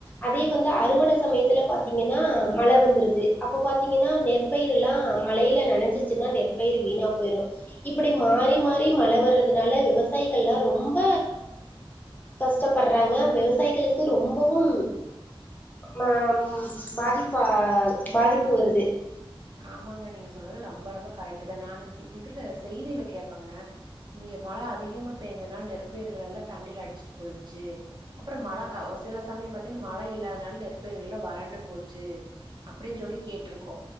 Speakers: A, on the left (about 20°); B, on the right (about 50°).
A: அதே வந்து அறுவட சமயத்துல பாத்தீங்கனா மழ வந்துருது அப்ப பாத்தீங்கனா நெற்பயிருலா மழையில நனஞ்சுச்சுனா நெற்பயிரு வீணா போயிரு இப்டி மாறி மாறி மழ வர்றதுனால விவசாயிகள்லா ரொம்ப கஷ்டப்பட்றாங்க விவசாயிகளுக்கு ரொம்பவும் மாம் பாதிப்பா பாதிப்பு வருது
B: ஆமாங்க நீங்க சொன்னது ரொம்ப ரொம்ப கரெக்ட்டு தா நானு நீ இதுல செய்தில கேப்பங்க இங்க மழ அதிகமா பேஞ்சனால நெற்பயிர்கள் எல்லா தண்ணில அடிச்சிட்டு போயிடுச்சு அப்பற மழக்கா சில சமயம் பாத்தீனா மழ இல்லாதனால நெற்பயிர்கள்ல வறண்டு போச்சு அப்டின் சொல்லி கேட்ருக்கோ